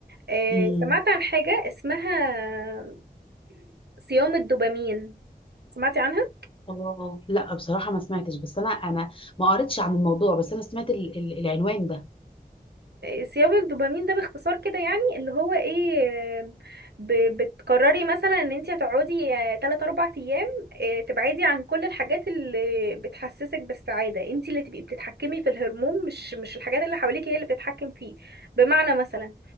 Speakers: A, on the right; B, on the left.
A: آه
B: امم
A: سمعت عن حاجة اسمها صيام الدوبامين سمعتي عنها
B: اه لا بصراحه ما سمعتش بس انا انا ما قريتش عن الموضوع بس انا سمعت ال... ال- العنوان ده
A: صيام الدوبامين ده باختصار كده يعني اللي هو ايه آه، ب- بتقرري مثلا ان انت هتقعدي آه، تلات اربع ايام آه، تبعدي عن كل الحاجات اللي بتحسسك بالسعادة انت اللي تبقي بتتحكمي في الهرمون مش مش الحاجات اللي حواليك هي اللي بتتحكم فيه بمعنى مثلا